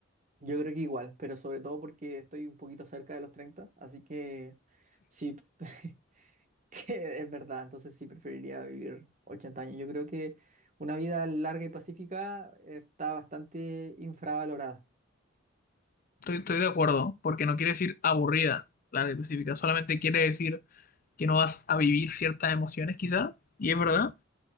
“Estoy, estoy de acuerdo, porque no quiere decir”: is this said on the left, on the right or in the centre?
Left